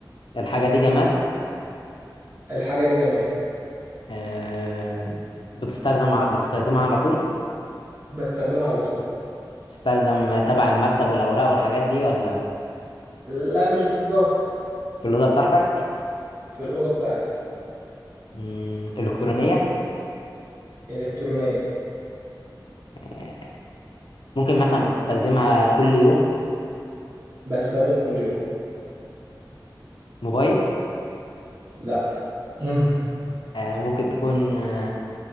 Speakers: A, on the left; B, on the right.
A: الحاجة دي جماد
B: الحاجه دي جماد
A: آه، بتستخدم على بتستخدمها على طول
B: بستخدمها على طول
A: بتستخدم تبع المكتب والأوراق والحاجات دي ولا
B: لا مش بالظبط
A: في الأوضة بتاعتك
B: في الاوضه بتاعتي
A: مم، إلكترونية
B: الكترونيه
A: آه، ممكن مثلا بتستخدمها كل يوم
B: بستخدمه كل يوم
A: موبايل
B: لا <laughs> مم.
A: آه، ممكن تكون آه،